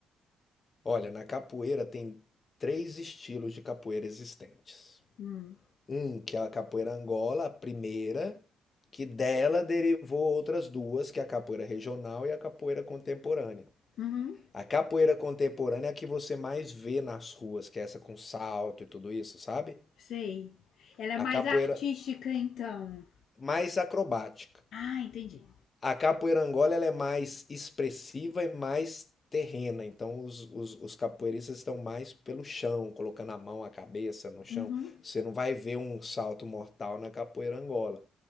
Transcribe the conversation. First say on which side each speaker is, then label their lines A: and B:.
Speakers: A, on the left (about 35°); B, on the left (about 70°).
A: Olha, na capoeira tem três estilos de capoeira existentes.
B: Hum.
A: Um, que é a capoeira Angola, a primeira, que dela derivou outras duas, que é a capoeira regional e a capoeira contemporânea.
B: Uhum.
A: A capoeira contemporânea é a que você mais vê nas ruas, que é essa com salto e tudo isso, sabe?
B: Sei. Ela é mais
A: A capoeira
B: artística, então.
A: mais acrobática.
B: Ah, entendi.
A: A capoeira Angola ela é mais expressiva e mais terrena, então os, os, os capoeiristas estão mais pelo chão, colocando a mão, a cabeça no chão.
B: Uhum.
A: Você não vai ver um salto mortal na capoeira Angola.